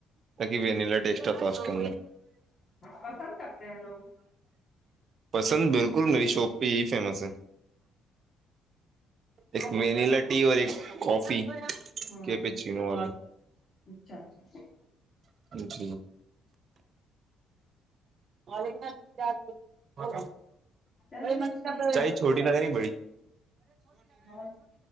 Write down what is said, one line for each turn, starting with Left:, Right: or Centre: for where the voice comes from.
Right: تق وینلا ڈ ایکسٹا پاس کر
Left: پسند کرتے ہیں لوگ
Right: پسند بالکل میری شاپ پہ یہی فیمس ہے ایک وینلا ٹی اور ایک کافی
Left: ہوں
Right: کہ پہ چھی ن آ
Left: اچھا اچھا
Right: جی میک
Left: چلیے
Right: ن
Left: ٹھیک ہے
Right: چھوٹی نظر نہیں بڑی
Left: اور